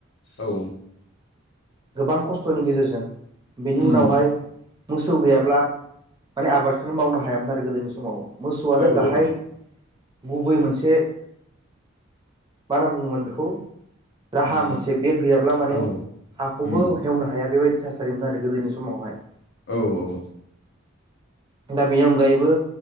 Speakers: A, on the left (about 60°); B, on the right (about 20°).
A: औ
B: गोबां खस्थ'नि गेजेरजों। बेनि
A: उम
B: उनावहाय मोसौ गैयाब्ला माने आबादखौनो मावनो हायामोन आरो गोदोनि समाव। मोसौआनो
A: औ
B: गाहाय
A: औ
B: गुबै मोनसे मा होनना बुङोमोन बेखौ राहा
A: उम
B: मोनसे बे गैयाब्ला माने
A: औ
B: हाखौबो
A: उम
B: एवनो हाया बेबायदि थासारिमोन आरो गोदोनि समावहाय।
A: औ औवौ।
B: दा बेनि अनगायैबो